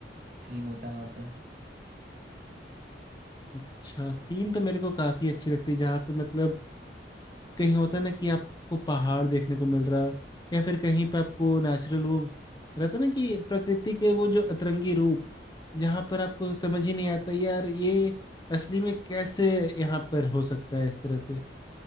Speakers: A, on the right; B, on the left.
A: सीन होता है वहाँ पे
B: अच्छा सीन तो मेरे को काफी अच्छी लगती है जहाँ पे मतलब कहीं होता है ना कि आपको पहाड़ देखने को मिल रहा या फिर कहीं पे आपको नेचुरल वो रहता ना कि प्रकृति के वो जो अतरंगी रूप जहाँ पर आपको समझ ही नहीं आता यार ये असली में कैसे यहाँ पर हो सकता है इस तरह से